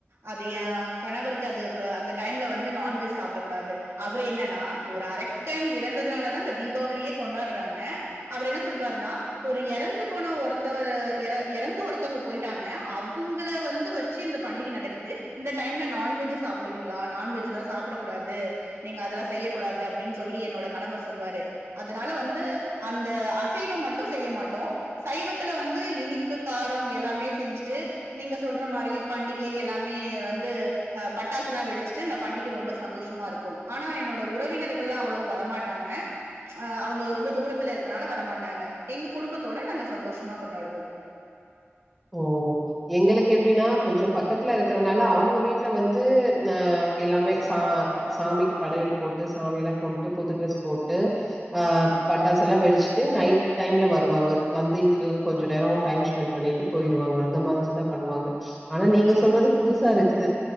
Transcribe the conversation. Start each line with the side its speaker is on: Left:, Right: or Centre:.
Right: அது எ கணவருக்கு அது இப்பஅந்த டைம்ல வந்து நான்வெஜ் சாப்டக் கூடாது அவரு என்னன்னா ஒரு அரக் கன் இறந்ததுனால தா அந்த தீபாவளியே கொண்டாடுறாங்க அவர் என்ன சொல்வாரு னா ஒரு எறந்து போன ஒருத்தவரு எற எறந்து ஒருத்தவுங்க போயிட்டாங்க அவுங்க வந்து வச் சு இந்த பண்டிக நடக்குது இந்த டைம்ல நான்வெஜ்ஜு சாப்பிடுவீங்களா நான்வெஜ் எல்லா சாப்டக் கூடாது நீங்க அதல்லா செய்ய கூடாது அப்டின்னு சொல்லி என்னோட கணவர் சொல்லுவாரு அதனால வந்து அந்த அசைவம் மட்டு செய்ய மாட்டோ சைவத்துல வந்து இனிப்பு காரம் எல்லாமே செஞ்சுட்டு நீங்க சொல்ற மாரி பண்டிகை எல்லாமே வந்து அ பட்டாசுல்லா வெடிச்சுட்டு இந்த பண்டிகை ரொம்ப சந்தோஷமா இருக் க்கு ஆனா என்னோட உறவினர்கள்ல்லா அவ்ளோ வரமாட்டாங்க அ அவுங்க ரொம்ப தூரத்துல இருக்கனால வரமாட்டாங்க எங்க குடும்பத்தோட நாங்க சந்தோஷமா கொண்டாடுவோ
Centre: ஓ எங்களுக்கு எப்டின்னா கொஞ்சோ பக்கத்துல இருக்கறனால அவுங்க வீட்ல வந்து அ எல்லாமே சா சாமிக்கு படையல் போட்டு சாமி எல்லா கும்ட்டு புது ட்ரெஸ் போட்டு ஆ பட்டாசுல்லா வெடிச்சுட்டு நைட் டைம்ல வருவாங்க வந்து இங்க கொஞ்ச நேரோ டைம் ஸ்பெண்ட் பண்ணிட் டு போயிருவாங்க அந்த மாதிரிதா பண்ணுவாங்க ஆனா நீங்க சொல்றது புதுசா இருக்குது